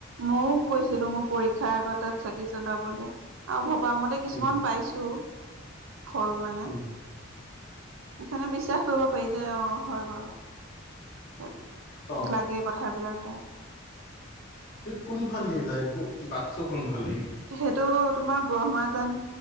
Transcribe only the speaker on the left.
উম
উম
অ
স কোনফালদি যায় বাট টো কোনফালদি